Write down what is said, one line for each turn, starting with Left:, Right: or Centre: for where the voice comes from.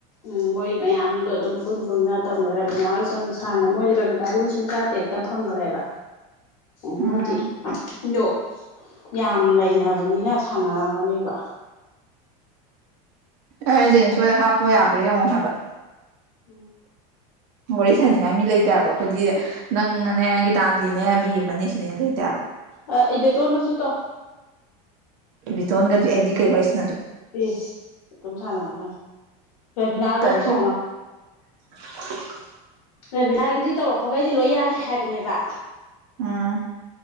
Left: ꯎꯝ ꯃꯣꯏ ꯃꯌꯥꯝꯗꯣ ꯑꯗꯨꯝ ꯄꯨꯟ ꯄꯨꯟꯅ ꯇꯧꯅ ꯔꯕꯤꯅꯥ ꯍꯣꯏ ꯆꯪ ꯁꯥꯟꯅ ꯃꯣꯏꯁꯨ ꯔꯕꯤꯅꯥ ꯂꯤꯁꯤꯡ ꯇ꯭ꯔꯥꯇꯦꯠ ꯇꯦꯠꯇ ꯐꯪꯈ꯭ꯔꯦꯕ ꯑ
Right: ꯎꯝ
Left: ꯃꯣꯏꯗꯤ ꯗꯣ ꯌꯥꯝ ꯂꯩꯅꯕꯅꯤꯅ ꯁꯥꯟꯅꯔꯝꯒꯅꯦꯕ
Right: ꯑꯩ ꯍꯥꯏꯖꯤꯅꯤ ꯁꯣꯏꯗ ꯍꯥꯞꯄꯣ ꯌꯥꯕ꯭ꯔꯥ ꯌꯦꯡꯉꯣ ꯍꯥꯏꯕ
Left: ꯎꯝ
Right: ꯋꯥꯔꯤ ꯁꯥꯟꯅꯤꯡꯉꯥꯏ ꯃꯤ ꯂꯩꯇꯦ ꯍꯥꯢꯕ ꯑꯈꯣꯏꯗꯤ ꯅꯪꯅꯦ ꯇꯥꯜꯂꯤꯅꯦ ꯕꯦꯝꯃꯅꯦ ꯁꯤꯗꯩ ꯍꯦꯟꯅ ꯂꯩꯇꯦ ꯍꯥꯢꯕ
Left: ꯑ ꯏꯕꯦꯇꯣꯟꯗꯁꯨ ꯇꯧ
Right: ꯏꯕꯦꯇꯣꯟꯒꯗꯤ ꯑꯩꯗꯤ ꯀꯩ ꯋꯥꯔꯤꯁ
Left: ꯏꯁ ꯑꯗꯨꯝ ꯁꯥꯟꯅꯒꯗꯝ ꯔꯦꯕꯤꯅꯥꯒꯁꯨ
Right: ꯇꯜꯂꯤ
Left: ꯁꯥꯟꯅꯧ
Right: <inaudible>
Left: ꯔꯦꯕꯤꯅꯥꯒꯤꯗꯤ ꯇꯧꯔꯛꯄꯈꯩꯗꯤ ꯂꯣꯏ ꯌꯥꯔꯤ ꯍꯥꯏꯕꯅꯦꯕ
Right: ꯎꯝ